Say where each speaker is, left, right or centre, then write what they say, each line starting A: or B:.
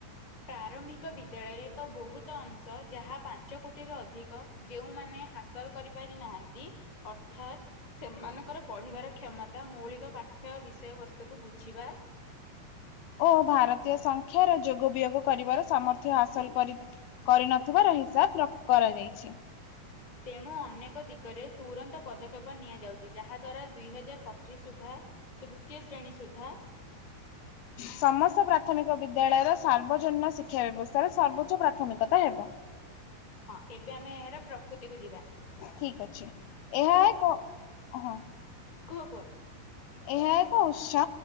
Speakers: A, on the left; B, on the left.
A: ପ୍ରାରମ୍ଭିକ ବିଦ୍ୟାଳୟରେ ଏକ ବହୁତ ଅଂଶ ଯାହା ପାଞ୍ଚ କୋଟିର ଅଧିକ ଯେଉଁମାନେ ହାସଲ୍ କରିପାରି ନାହାଁନ୍ତି ଅର୍ଥାତ୍ ସେମାନଙ୍କର ପଢିବାରେ କ୍ଷମତା ମୌଳିକ ପା ପାଠ୍ୟ ବିଷୟବସ୍ତୁକୁ ବୁଝିବା
B: ଓ ଭାରତୀୟ ସଂଖ୍ୟାର ଯୋଗ ବିୟୋଗ କରିବାର ସାମର୍ଥ୍ୟ ହାସଲ କରି କରିନଥିବାର ହିସାବ ରକ୍ କରାଯାଇଛି।
A: ତେଣୁ ଅନେକ ଦିଗରେ ତୁରନ୍ତ ପଦକ୍ଷେପ ନିଆଯାଉଚି ଯାହା ଦ୍ୱାରା ଦୁଇ ହଜାର ପଚିଶ ସୁଦ୍ଧା ତୃତୀୟ ଶ୍ରେଣୀ ସୁଦ୍ଧା
B: ସମସ୍ତ ପ୍ରାଥମିକ ବିଦ୍ୟାଳୟର ସାର୍ବଜନୀନ ଶି କ୍ଷା ବ୍ୟବସ୍ଥାରେ ସର୍ବୋଚ୍ଚ ପ୍ରାଥମିକତା ହେବ।
A: ହଁ ଏବେ ଆମେ ଏହାର ପ୍ରକୁତିକୁୁ ଯିବା।
B: ଠିକ୍ ଅଛି ଏହା ଏକ ହଁ ।
A: କୁହ କୁହ।
B: ଏହା ଏକ ଉତ୍ସ